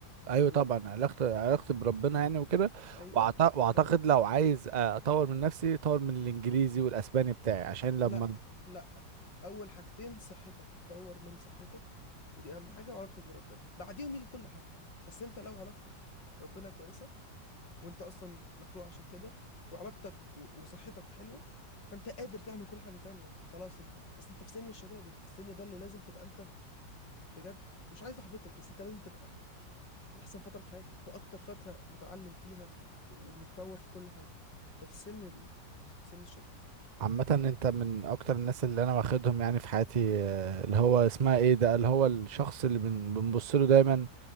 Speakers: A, on the right; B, on the left.
A: ايوه
B: قول
A: طبعا علاقتي علاقتي بربنا يعني وكده
B: ايوه
A: وأعت-
B: وايه
A: واعتقد
B: كمان
A: لو عايز آه، اطور من نفسي اطور من الانجليزي والاسباني بتاعي عشان لما
B: لا لا اول حاجتين صحتك تطور من صحتك ودي اهم حاجه وعلاقتك بربنا بعديهم يجي كل حاجه بس انت لو علاقتك بربنا كويسه وانت اصلا مخلوق عشان كده وعلاقتك و- وصحتك حلوه فانت قادر تعمل كل حاجه تانية انت خلاص انت بس انت في سن الشباب انت السن ده اللي لازم تبقى انت بجد مش عايز احبطك بس انت لازم تبقى احسن فتره في حياتك واكتر فتره متعلم فيها و- ومتطور في كل حاجه انت في سن ال... سن الشباب
A: عامة انت من اكتر الناس اللي انا واخدهم يعني في حياتي آه، اللي هو اسمها ايه ده اللي هو الشخص اللي بن- بنبص له دايما